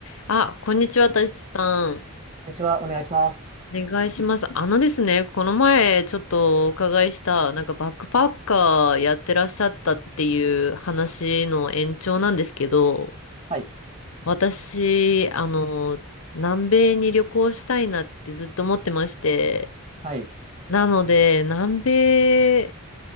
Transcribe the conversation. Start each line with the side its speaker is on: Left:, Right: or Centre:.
Left: あ、こんにちは、たちさん。
Right: こんにちは、お願いします。
Left: お願いします。あのですね、この前ちょっとお伺いした、なんかバックパッカーやってらっしゃったっていう話の延長なんですけど、
Right: はい、
Left: 私、あの、南米に旅行したいなってずっと思ってまして、
Right: はい、
Left: なので、南米